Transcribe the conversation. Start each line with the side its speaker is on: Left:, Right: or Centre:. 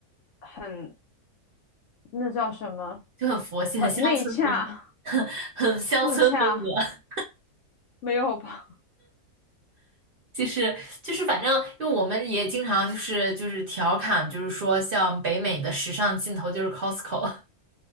Left: 很那叫什么？
Right: 就很佛系，
Left: 很内洽，
Right: 很乡村风，<laughs> 很很乡村风格。
Left: 自洽，没有吧？
Right: 就是就是，反正因为我们也经常就是就是调侃，就是说像北美的时尚尽头就是 Costco。